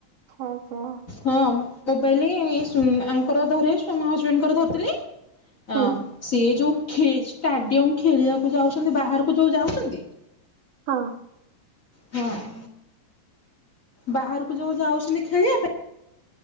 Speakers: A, on the right; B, on the left.
A: ଆଛା।
B: ହଁ ମୋବାଇଲି ଏସୁ ଆଙ୍କର ଧରେ ସ ମୋ ହଜବେଣ୍ଡଙ୍କର ଧରୁଥିଲି ଅଁ
A: ହୁଁ
B: ସେ ଯୋଉ ଖେ ଷ୍ଟାଡିୟମ୍ ଖେଳିଆକୁ ଯାଉଚନ୍ତି, ବାହାରକୁ ଯୋଉ ଯାଉଚନ୍ତି
A: ହଁ।
B: ହଁ। ବାହାରୁକୁ ଯୋଉ ଯାଉଚନ୍ତି ଖେଳିଆ ପାଇଁ